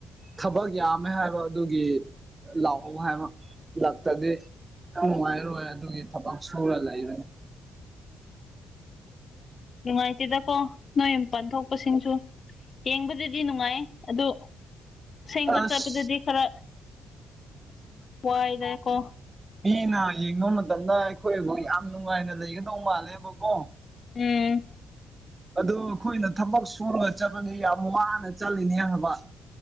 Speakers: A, on the right; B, on the left.
A: ꯊꯕꯛ ꯌꯥꯝꯃꯦ ꯍꯥꯏꯕ ꯑꯗꯨꯒꯤ꯫ ꯂꯑꯣ ꯍꯥꯏ ꯂꯥꯛꯇꯥꯗ ꯅꯨꯡꯉꯥꯏꯔꯣꯏ ꯑꯗꯨꯒꯤ ꯊꯕꯛ ꯁꯨꯔ ꯂꯩꯕꯅꯤ꯫
B: ꯅꯨꯡꯉꯥꯏꯇꯦꯗꯀꯣ ꯅꯣꯏ ꯃꯄꯥꯟ ꯊꯣꯛꯄꯁꯤꯡꯁꯨ꯫ ꯌꯦꯡꯕꯗꯗꯤ ꯅꯨꯡꯉꯥꯏ ꯑꯗꯨ ꯁꯦꯡꯕ
A: ꯑꯁ
B: ꯆꯠꯄꯗꯗꯤ ꯈꯔꯥ ꯋꯥꯗꯥꯏꯀꯣ
A: ꯑꯩꯅ ꯌꯦꯡꯕ ꯃꯇꯝꯗ ꯑꯩꯈꯣꯏꯕꯨ ꯌꯥꯝ ꯅꯨꯡꯉꯥꯏꯅ ꯂꯩꯒꯗꯧ ꯃꯥꯜꯂꯦꯕꯀꯣ
B: ꯎꯝ
A: ꯑꯗꯨ ꯑꯩꯈꯣꯏꯅ ꯊꯕꯛ ꯁꯨꯔꯒ ꯆꯠꯄꯅꯦ ꯌꯥꯝ ꯋꯥꯅ ꯆꯠꯂꯤꯅꯦ ꯍꯥꯏꯕ